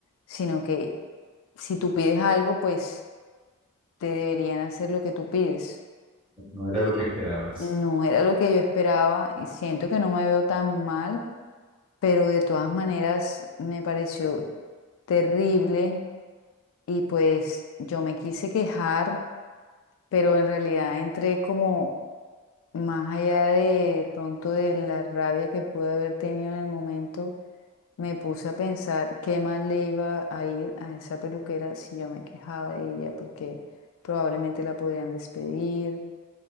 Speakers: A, on the left; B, on the right.
A: sino que si tú pides algo, pues te deberían hacer lo que tú pides.
B: No era
A: Y
B: lo que esperabas.
A: no era lo que yo esperaba y siento que no me veo tan mal, pero de todas maneras me pareció terrible y pues yo me quise quejar, pero en realidad entré como más allá de pronto de la rabia que pude haber tenido en el momento, me puse a pensar qué más le iba a ir a esa peluquera si yo me quejaba de ella, porque probablemente la podían despedir,